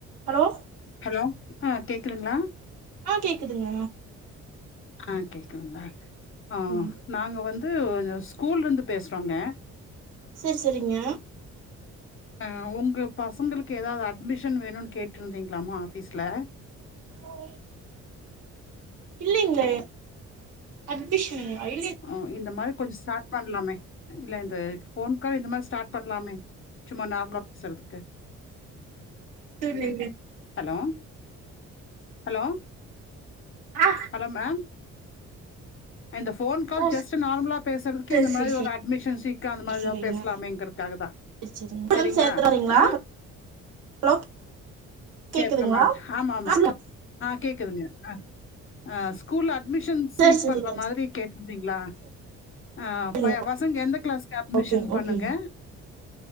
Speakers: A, on the right; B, on the left.
A: ஹலோ
B: ஹலோ ஆ கேக்குதுங்களா
A: ஆ கேக்குதுங்க
B: ஆ கேக்குதுங்ளா ஆ
A: ம்
B: நாங்க வந்தூ இந்த ஸ்கூலருந்து பேசுறோங்க
A: சேரி சேரிங்க
B: அ உங்க பசங்களுக்கு எதாவ்து அட்மிஷன் வேணுன் கேட்ருந்தீங்ளாமா ஆஃபீஸ்ல
A: ஆ இல்லைங்ளே அட்மிஷனுங்ளா இல்லைங்
B: ஆ இந்த மாரி கொஞ்ச ஸ்டாட் பண்லாமே இல்ல இந்த ஃபோன் கால் இந்த மாரி ஸ்டார்ட் பண்லாமே சும்மா நார்மலா பேசுறதுக்கு
A: ஆ நீங்ளே
B: ஹலோ ஹலோ
A: ஆ
B: ஹலோ மேம் அ இந்த ஃபோன் கால்
A: ஓ
B: ஜஸ்ட்டு நார்மலா பேசுறதுக்கு
A: சரி
B: இந்த
A: சரி
B: மாரி
A: சரி
B: ஒரு அட்மிஷன் சீக்கு அந்த மாரி
A: சரிங்க
B: எதா பேசலாமேங்கிறக்காக தா
A: சரி சரிங்க
B: செரிங்ளா
A: வந்து சேத்துறாறீங்களா
B: ஆ
A: ஹலோ
B: சேக்குறனால்
A: கேக்குதுங்களா
B: ஆமா ஆமா
A: ஆ
B: ஆ கேக்குதுங்க ஆ ஆ ஸ்கூல்ல அட்மிஷன் சீக்
A: சரி சரிங்க
B: பண்ற மாதிரி கேட்ருந்தீங்ளா ஆ
A: சரிங்க
B: பய பசங்க எந்த கிளாஸ்க்கு அட்மிஷன்
A: ஓகே ஓகேங்க
B: போட்ணுங்க